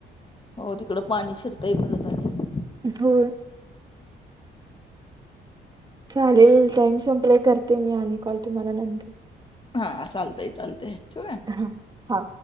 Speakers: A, on the left; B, on the right.
A: हो तिकडं पाणी शिरताय परत आणि.
B: धूर चालेल टाइम संप्लाय करते मी आणि कॉल तुम्हाला नंतर.
A: हा चालतय चालतय आहे.
B: ह हा